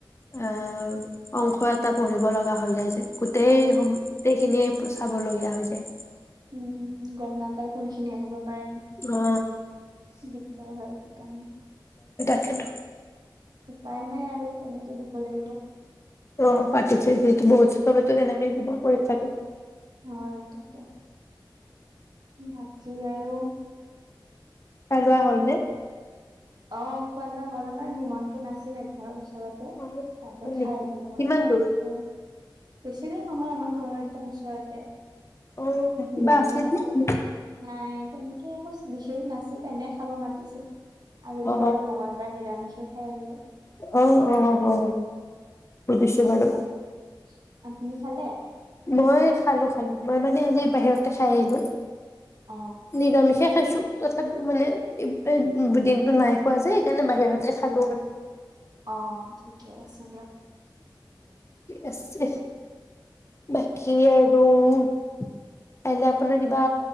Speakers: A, on the left; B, on the right.
A: এ অংশ এটা পঢ়িব লগা হৈ যাই যে গোটেই
B: হয়,
A: হ'ম, গোটেইখিনিয়ে চাব লগীয়া হৈ যায়।
B: উম উম গম নাপাই, কোনখিনি আহিব দিগদাৰ
A: অ
B: হয় সেইকাৰণে। ‌
A: সেইটো
B: উপায় নাই আৰু তেনেকে দিব লাগিব।
A: অ, পাতিছে যিহেতু বহুত ছবেটো তেনেকেই দিব পৰীক্ষাতে।
B: হয় থাকে। নাতি আৰু।
A: পেলোৱা হল নে।
B: অঁ, খোৱা লোৱা হ'ল আমাৰ নিমন্ত্ৰণ আছিলে ঘৰৰ উছ ওচৰতে তে
A: অ
B: তাতে
A: হয়
B: খাই
A: নেকি
B: আহিলো
A: কিমান
B: আৰু
A: দূৰ
B: হয়। বেছি দূৰ নহয় আমাৰ ঘৰৰ একদম ওচৰতে।
A: অ কিবা
B: নিৰামিষ আছিল,
A: নে এনে?
B: নাই? তেনেকে একো বিশেষ নাছিল, এনে খাব মাতিছিল। আৰু এইটো
A: অ
B: আৰু মঙগলবাৰ নিৰামিষে হা হেল্ল'
A: আহ, অ, অ বুজিছোঁ
B: ঘৰত
A: বাৰো
B: আপুনি খালে।
A: মই খালো খালো মই মানে আজি বাহিৰতে খাই আহিলো।
B: অ
A: নিৰামিষে খাইছোঁ। তথাপি মানে দিনটো নাই খোৱা যে সেইকাৰণে বাহিৰতে খালো আৰু।
B: অ ঠিকে আছে দিয়ক।
A: আছে বাকী আৰু কাইলে আপোনাৰ কিবা